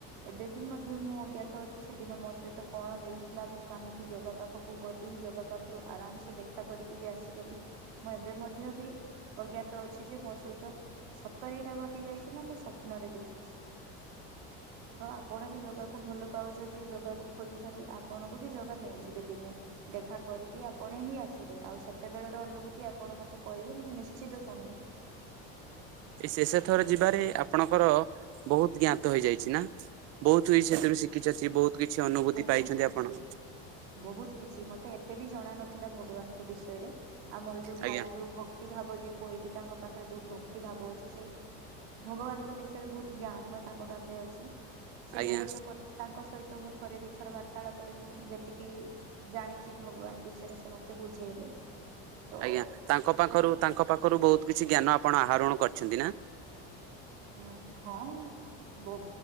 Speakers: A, on the right; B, on the right.
A: ଏବେ ବି ମଧ୍ୟ ମୁଁ ଅଜ୍ଞାତ ଅଛି ସେଦିନ ମୋ ସହିତ କଣ ହେଇଥିଲା ମୁଁ କାହିଁକି ଜଗା ପାଖକୁ ଗଲି? ଜଗା ପାଖରୁ ଆରାମସେ ଦେଖା କରିକି ବି ଆସିଗଲି ମୁଁ ଏବେ ମଧ୍ୟ ବି ଅଜ୍ଞାତ ଅଛି ଯେ ମୋ ସହିତ ସତରଟା ଘଟି ଯାଇଛି ନା ମୁଁ ସ୍ୱପ୍ନରେ ଦେଖିଛି। ତ ଆପଣ ବି ଯୋଗାକୁ ଭଲ ପାଉଛନ୍ତି ଯୋଗାକୁ ଖୋଜୁଛନ୍ତି ଆପଣଙ୍କୁ ବି ଯୋଗା ନେଇଯିବେ ଦିନେ ଦେଖା କରିକି ଆପଣ ହିଁ ଆସିବେ ଆଉ ସେତେବେଳର ଅନୁଭୂତି ଆପଣ ମତେ କହିବେ ମୁଁ ନିଶ୍ଚିତ ଶୁଣିବି। <inaudible>
B: ଏଇ ଶେଷ ଥର ଯିବାରେ ଆପଣଙ୍କର ବହୁତ ଜ୍ଞାତ ହେଇଯାଇଛି ନା ବହୁତ ଇ ସେଥିରୁ ଶିଖିାରଛି ବହୁତ କିଛି ଅନୁଭୂତି
A: ବହୁତ
B: ପାଇଛନ୍ତି
A: କିଛି
B: ଆପଣ।
A: ବହୁତ କିଛି ମତେ ଏତେ ବି ଜଣ ନଥିଲା ଭଗବାନଙ୍କ ବିଷୟରେ ଆମର ଯୋଉ ଭାଇ
B: ଆଜ୍ଞା
A: ଯୋଉ ଭକ୍ତି ଭାବ ଯି କହିଲି ତାଙ୍କ ପାଖରେ ବହୁତ ଭକ୍ତି ଭାବ ଅଛି ସେ ଭଗବାନଙ୍କ ବିଷୟରେ ବହୁତ ଜ୍ଞାନ ତାଙ୍କ ପାଖରେ ଅଛି। ସେ
B: ଆଜ୍ଞା
A: ଭାଇ ତ ତାଙ୍କ ସହିତ ମୁଁ ଥରେ ବି ଥର ବାର୍ତ୍ତାଳ ପରେରେ ମୁଁ ଯେତିକି ଜାଣିଛି ଭଗବାନ ବିଷୟରେ ସେ ମତେ ବୁଝେଇଲେ। ତ
B: ଆଜ୍ଞା ତାଙ୍କ ପାଖରୁ ତାଙ୍କ ପାଖରୁ ବହୁତ କିଛି ଜ୍ଞାନ ଆପଣ ଆହରଣ କରିଛନ୍ତି ନା?
A: ହଁ ହଁ।